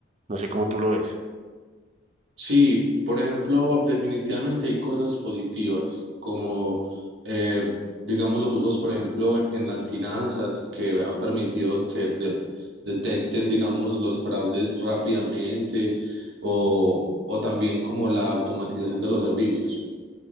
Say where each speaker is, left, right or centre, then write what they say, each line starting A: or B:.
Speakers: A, on the right; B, on the right.
A: No sé cómo tú lo ves.
B: Sí, por ejemplo, definitivamente hay cosas positivas, como eh, digamos los usos, por ejemplo, en, en las finanzas, que ha permitido que de- detecten, digamos, los fraudes rápidamente o, o también como la automatización de los servicios.